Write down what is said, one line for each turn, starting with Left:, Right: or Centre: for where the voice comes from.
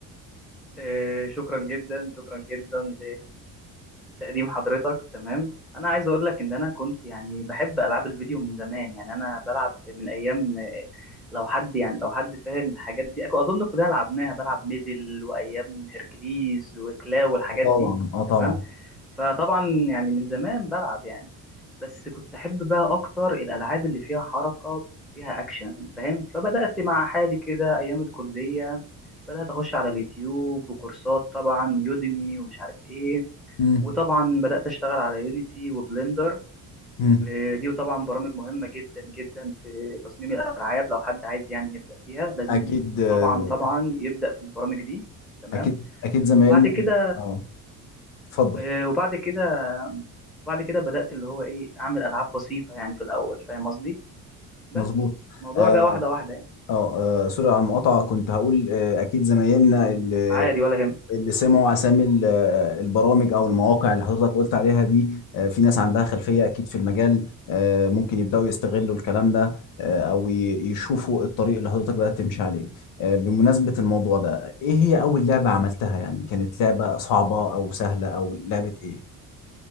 Centre: إيه، شكرا جدا شكرا جدا تقديم حضرتك تمام انا عايز اقول لك ان انا كنت يعني بحب العاب الفيديو من زمان يعني انا بلعب من ايام آه، لو حد يعني لو حد فاهم الحاجات دي أكو- اظن كلنا لعبناها بلعب ميدل وايام هيركليز وكلاو والحاجات
Left: اه طبعا
Centre: دي
Left: اه طبعا
Centre: تمام فطبعا يعني من زمان بلعب يعني بس كنت احب بقى اكتر الالعاب اللي فيها حركه فيها اكشن فاهم فبدات مع حالي كده ايام الكليه بدات اخش على اليوتيوب وكورسات طبعا يوديمي ومش عارف ايه
Left: مم.
Centre: وطبعا بدأت أشتغل على يونيتي وبلندر
Left: مم.
Centre: آه، دي طبعا برامج مهمة جدا جدا في تصميم الألعاب لو حد عايز يعني يبدأ فيها لازم
Left: اكيد آه،
Centre: طبعا طبعا يبدأ في البرامج دي تمام
Left: اكيد اكيد زمايلنا
Centre: وبعد كده
Left: اه اتفضل
Centre: آه، وبعد كده وبعد كده بدأت اللي هو إيه أعمل ألعاب بسيطة يعني في الأول فاهم قصدي بس
Left: مظبوط
Centre: الموضوع
Left: اه
Centre: جه واحدة واحدة يعني
Left: اه آه، سوري على المقاطعه كنت هقول آه، اكيد زمايلنا اللي
Centre: عادي ولا يهم
Left: اللي سمعوا اسامي ال- آه، البرامج او المواقع اللي حضرتك قلت عليها دي آه، في ناس عندها خلفيه اكيد في المجال آه، ممكن يبداوا يستغلوا الكلام ده آه، او ي- يشوفوا الطريق اللي حضرتك بدات تمشي عليه آه، بمناسبه الموضوع ده ايه هي اول لعبه عملتها يعني كانت لعبه صعبه او سهله او لعبه ايه